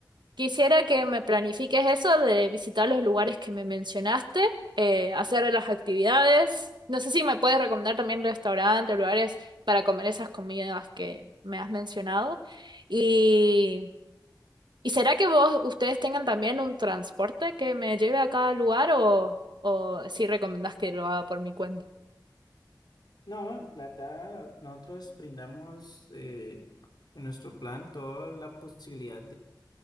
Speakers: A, on the right; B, on the left.
A: quisiera que me planifiques eso de visitar los lugares que me mencionaste, eh, hacer las actividades. No sé si me puedes recomendar también restaurantes, lugares para comer esas comidas que me has mencionado. Y, ¿y será que vos, ustedes tengan también un transporte que me lleve a cada lugar o, o si recomendás que lo haga por mi cuenta?
B: No, la verdad, nosotros brindamos eh, en nuestro plan toda la posibilidad